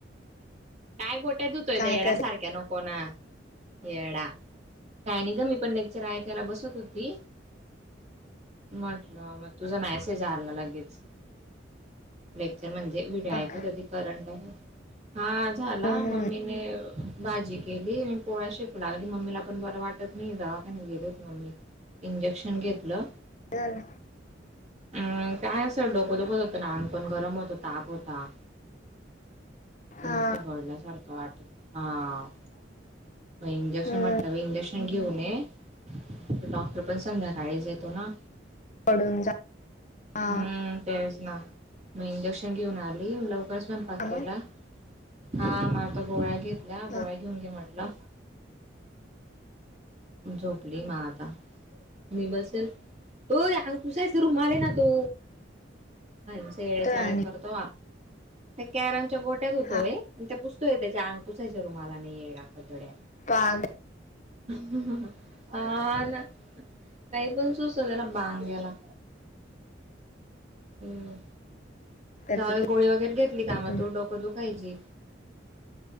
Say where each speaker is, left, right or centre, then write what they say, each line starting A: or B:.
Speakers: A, on the right; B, on the left.
A: काय गोट्या धुतोय <unintelligible> धुतोय
B: काय
A: ते येड्या
B: तरी
A: सारख्या नको <unintelligible> नको ना येडा काय ग मी पण लेक्चर ऐकायला बसत होती <unintelligible> म्हटलं मग तुझा मॅसेज आला लगेच <unintelligible> लेक्चर म्हणजे विड
B: बघ
A: ऐका कधी करंट आहे हा झाला
B: हम्म
A: मम्मीने भाजी केली म पोळ्या शिकू लागली मम्मीला पण बरं वाटत नाही दवाख नाही गेले होत मम्मी <unintelligible> इंजेक्शन घेतलं <unintelligible>
B: बदल <unintelligible>
A: अम काय असं डोकं दुखत होतं ना अंग पण गरम होतं ताप होता <unintelligible> एकद
B: हा
A: आस गळ्यासारखं वाटत हा <unintelligible> म इंजेक्शन
B: हम्म
A: म्हटलं इंजेक्शन घेऊन ये तर डॉक्टर पण संध्याकाळी <unintelligible> नाईज येतो ना
B: पडून जा आ
A: हम्म तेच ना म इंजेक्शन घेऊन आली लवकर स्वयंपाक
B: हा
A: केला.
B: मग
A: हा म आता गोळ्या घेतल्या
B: हा,
A: गोळ्या घेऊन घे म्हटलं. झोपली म आता. मी बसे ल. अय आंग पुसायचा रूमाल आहे ना तो आमचे
B: येतोय
A: चाळे
B: आणि
A: करतो आ त्या कॅरमच्या गोट्या धुतोय
B: हा
A: आणि त्या पुसतोय त्याच्या आंग पुसायच्या रुमालानी येडा गधड्यां
B: काग
A: अ ना काही पण सुचतन बांग्यांला हम्म
B: त्याचं
A: जावून
B: ते
A: गोळी वगैरे घेतली का
B: होतो
A: म तू डोक दुखायची.